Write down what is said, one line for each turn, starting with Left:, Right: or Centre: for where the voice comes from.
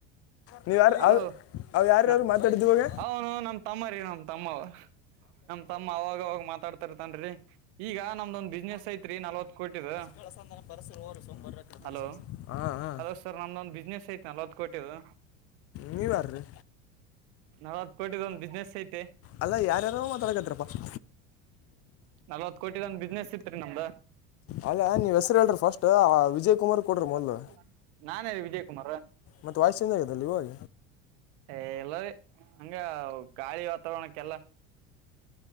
Left: ನೀವು ಯಾರ
Right: ಹಲೋ
Left: ಅವರ ಯಾರ್
Right: ನ
Left: ಮಾತಾಡಿದ ಇವಾಗ....
Right: ಅವನು ನಮ್ ತಮ್ಮ ರೀ ನಮ್ ತಮ್ಮ ಅವ... ನಮ್ ತಮ್ಮ ಅವಾಗವಾಗ ಮಾತಾಡ್ತಾರತನ್ರೀ ಈಗ ನಮ್ದೊಂದ ಬಿಸ್ನೆಸ್ ಐತ್ರಿ ನಲ್ವತ್ ಕೋಟಿದ.....
Left: <unintelligible>
Right: ಹಲೋ
Left: ಹಾಂ
Right: ಹಲೋ ಸರ್ ನಮ್ದೊಂದ ಬಿಸ್ನೆಸ್ ಐತಿ ನಲ್ವತ್ತು ಕೋಟಿದು
Left: ನೀವ್ ಯಾರ್ ರೀ.....
Right: ನಲವತ್ತ ಕೋಟಿದು ಒಂದ್ ಬಿಸ್ನೆಸ್ ಐತೆ...
Left: ಅಲ್ಲ ಯಾರ್ಯಾರೋ ಮಾತಾಡಕತಿರಪ್ಪಾ.
Right: ನಲ್ವತ್ ಕೋಟಿ ಒಂದ ಬಿಸ್ನೆಸ್ ಇತ್ ರಿ ನಮ್ದ...
Left: ಅಲ್ಲ ನೀವ್ ಹೆಸರ ಹೇಳ್ರಿ ಫಸ್ಟ್ ಆ ವಿಜಯ ಕುಮಾರ್ ಕೊಡ್ರಿ
Right: <unintelligible>
Left: ಮೊದಲು
Right: ನಾನೇ ರಿ ವಿಜಯ ಕುುಮಾರ್
Left: ಮತ್ತು ವಾಯ್ಸ್ ಚೇಂಜ್ ಆಗೈತಲ್ಲ ಇವಾಗ
Right: ಏ ಇಲ್ಲಾ ವೆ ಹಂಗ ಗಾಳಿ ವಾತಾವರಣಕ್ಕೆಲ್ಲ